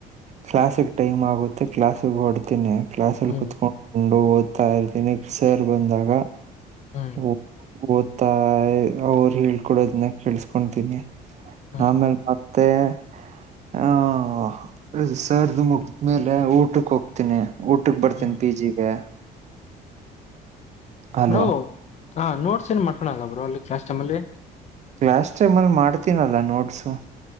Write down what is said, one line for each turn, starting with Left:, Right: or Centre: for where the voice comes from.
Right: ಕ್ಲಾಸ್ ಸಿಗ ಟೈಮ್ ಆಗುತ್ತೆ ಕ್ಲಾಸ್ ಸಿ ಗ ಹೊಡ್ತೀನನೆ ಕ್ಲಾಸ್ಲ್ಲಿ
Left: ಹ್ಮ್
Right: ಕುೂತ್ಕೊಂಡು ಓದ. ತಾ ಇರ್ತೀನಿ ಸರ್ ಬಂದಾಗ
Left: ಹ್ಮ್
Right: ಓ ಓದ. ತ್ತ ಅವರು ಹೇಳ್ಕೊಡೋದನ್ನ ಕೇಳಸ್ಕೊತೀನಿ
Left: ಹ್ಮ್
Right: ಆಮೇಲ್. <unintelligible> ಮತ್ತೆ ಹ. ಹ ಹ ಸರ್ ದು ಮುಗಿದ್ಮೇಲೆ ಊಟಕ್ಕ ಹೋಗ್ತೀನಿ. ಊಟಕ್ಕ ಬರ್ತೇನಿ
Left: ಹ್ಮ್
Right: ಪಿ ಜಿ ಗೆ. ಹಲೋ
Left: ಬ್ರೋ ಹ ನೋಟ್ಸ್ ಏನ್ ಮಾಡ್ಕೋಳಲ್ಲ ಬ್ರೋ ಅಲ್ಲಿ ಕ್ಲಾಸ್ ಟೈಮ್ ಅಲ್ಲಿ.
Right: ಕ್ಲಾಸ್ ಟೈಮಲ್ಲಿ ಮಾಡ್ತೀನಲ್ಲ ನೋಟ್ಸು.